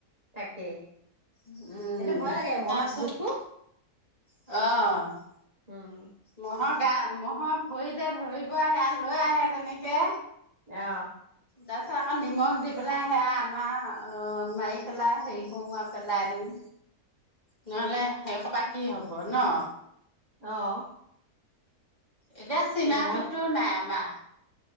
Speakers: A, on the right; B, on the left.
A: তাকেই
B: উমঁ,
A: এইটো ভয় লাগে মহ
B: তাৰপিছত
A: জোকটো
B: অ',।
A: উম।
B: ম'হৰ গা ম'হৰ ভৰিতে ধৰিব আহে সেইয়া লৈ আহে তেনেকে।
A: অঁহ'।
B: তাৰপিছত আকৌ নিমখ দি পেলাই সেয়া আমাৰ মাৰি পেলাই হেৰি কৰোঁ আৰু পেলাই দিওঁ।
A: <inaudible>
B: নহ'লে সেই হোপা কি হ'ব ন'।
A: অঁ',।
B: এতিয়া চীনা
A: মই
B: জোকটো নাই আমাৰ।